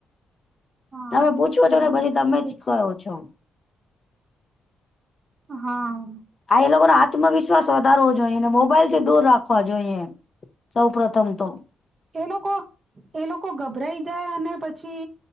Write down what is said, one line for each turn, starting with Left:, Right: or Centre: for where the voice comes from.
Right: હા
Left: તમે પૂછો છો
Right: બરાબર
Left: ને પછી તમે જ
Right: એજ
Left: કહો છો.
Right: હા.
Left: આ એ લોકોનો આત્મવિશ્વાસ વધારવો જોઈએ અને મોબાઈલથી દૂર રાખવા જોઈએ. સૌ પ્રથમ તો.
Right: એ લોકો-એ લોકો ગભરાઈ જાય અને પછી